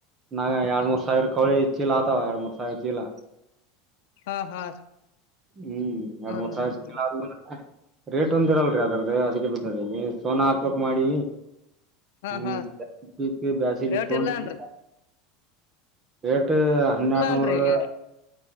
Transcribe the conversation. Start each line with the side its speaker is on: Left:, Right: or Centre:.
Right: ನಂಗ ಎರಡ್ ಮೂರ್ ಸಾವಿರ ಕಳಿ ಚೀಲ ಆತಾವ ಎರಡ್ ಮೂರ್ ಸಾವಿರ್ ಚೀಲ.
Left: ಹಾ ಹಾ
Right: ಹ್ಮ್ ಎರಡ್
Left: ಹೌದೌದ್ರಿ
Right: ಮೂರ್ <unintelligible> ರೇಟ್ ಒಂದ್ ಇರಲ್ರಿ ಅದ್ರದು ಅದಕ್ಕೆ ಬಿದ್ದೊಗೖತಿ. ಸೋನ ಹಾರ್ಪಕ್ ಮಾಡೀ
Left: ಹಾ
Right: ಹ್ಮ
Left: ಹಾ
Right: ಮತ್ತ. ಬ್ಯಾಸಿ <unintelligible>
Left: ರೇಟ್ ಇಲ್ಲ ಅನ್ರಿ
Right: ಎಡ್ ಟ್ಟೂ ಹನ್ನೊಂನೂರು.
Left: ಇಲ್ಲ ಅನ್ರಿ ಈಗ